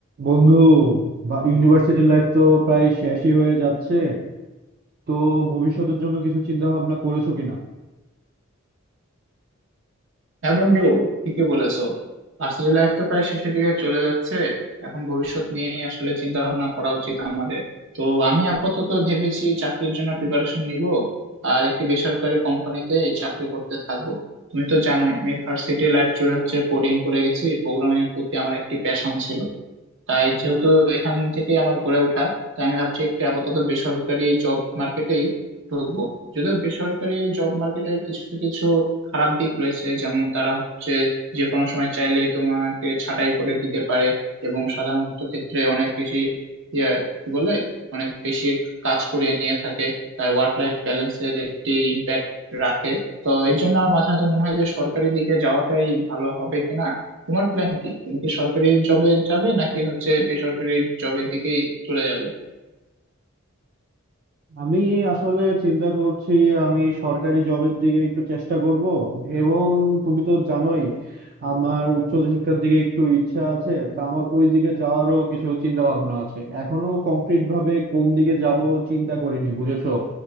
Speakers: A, on the right; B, on the right.
A: বন্ধু university life তো প্রায় শেষই হয়ে যাচ্ছে তো ভবিষ্যতের জন্য কিছু চিন্তা ভাবনা করেছো কিনা
B: হ্যাঁ বন্ধু ঠিকই বলেছো ভার্সিটি লাইফ তো প্রায় শেষের দিকে চলে যাচ্ছে এখন ভবিষ্যৎ নিয়ে আসলে চিন্তা ভাবনা করা উচিত আমাদের তো আমি আপাতত ভেবেছি চাকরির জন্য প্রিপারেশন নিব আর একটি বেসরকারি কোম্পানিতে এই চাকরি করতে থাকবো তুমি তো জানোই আমি ভার্সিটি লাইফ জুড়ে হচ্ছে কোডিং করে গেছি প্রোগ্রামিং এর প্রতি আমার একটি প্যাশন ছিল তাই যেহেতু এখান থেকে আমার গড়ে ওঠা তাই আমি ভাবছি একটু আপাতত বেসরকারি জব মার্কেটেই ঢুকবো যদিও বেসরকারি জব মার্কেটের কিছু কিছু খারাপ দিক রয়েছে যেমন তারা হচ্ছে যে কোনো সময় চাইলেই তোমাকে ছাঁটাই করে দিতে পারে এবং সাধারণত ক্ষেত্রে অনেক বেশি ইয়ে, কি বলে অনেক বেশি কাজ করিয়ে নিয়ে থাকে তাই ওয়ার্ক লাইফ ব্যালেন্সের একটি ইম্প্যাক্ট রাখে তো এর জন্য আমার মাঝে মাঝে মনে হয় যে সরকারি দিকে যাওয়াটাই ভালো হবে কিনা তোমার প্ল্যান কি তুমি কি সরকারি জবে যাবে নাকি হচ্ছে বেসরকারি জবের দিকেই চলে যাবে
A: আমি আসলে চিন্তা করছি আমি সরকারি জবের দিকে একটু চেষ্টা করব এবং তুমি তো জানোই আমার উচ্চ শিক্ষার দিকে একটু ইচ্ছা আছে তা আমার ওই দিকে যাওয়ারও কিছু চিন্তা ভাবনা আছে এখনো কংক্রিট ভাবে কোন দিকে যাব চিন্তা করিনি বুঝেছো